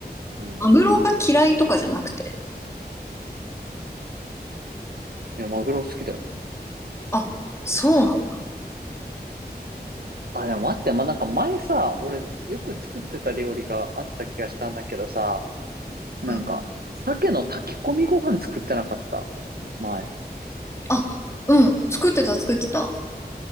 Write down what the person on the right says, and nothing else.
うん。
いや、マグロ好きだよ。
あ、でも待って、ま、なんか前さ、俺よく作ってた料理があった気がしたんだけどさ、なんか、
鮭の炊き込みご飯作ってなかった。前。